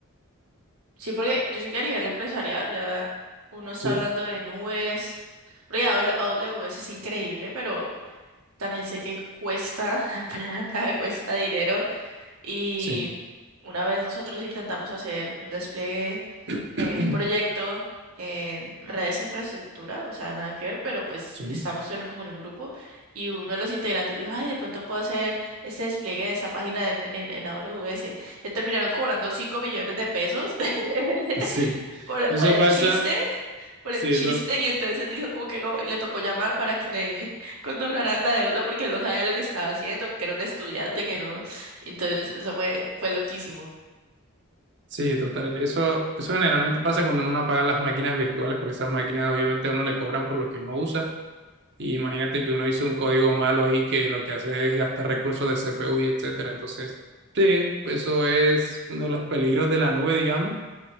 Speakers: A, on the right; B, on the right.
A: Sí, porque yo sé que a nivel empresarial ya uno está
B: Sí,
A: hablando de nubes, porque AW- AWS es increíble, pero también sé que cuesta <laughs> plata, cuesta dinero y
B: sí,
A: una vez nosotros intentamos hacer un despliegue
B: <clears throat>
A: de un proyecto en redes de infraestructura, o sea, nada que ver, pero pues
B: sí,
A: estamos en, como en un grupo y uno de los integrantes dijo, ay, de pronto puedo hacer este despliegue de esta página en, en, en AWS. Le terminaron cobrando cinco millones de pesos. <laughs>
B: sí.
A: por, el-
B: Eso
A: por el
B: pasa,
A: chiste, por
B: sí,
A: el chiste,
B: eso.
A: y entonces él dijo como que no, y le tocó llamar para que le <laughs> condonaran la deuda porque él no sabía lo que estaba haciendo, que era un estudiante, que no. Entonces, eso fue, fue loquísimo.
B: Sí, total. Eso, eso generalmente pasa cuando uno no apaga las máquinas virtuales, porque esas máquinas obviamente a uno le cobran por lo que uno usa. Y imagínate que uno hizo un código malo ahí que lo que hace es gastar recursos de CPU y etcétera. Entonces, sí, pues eso es uno de los peligros de la nube, digamos.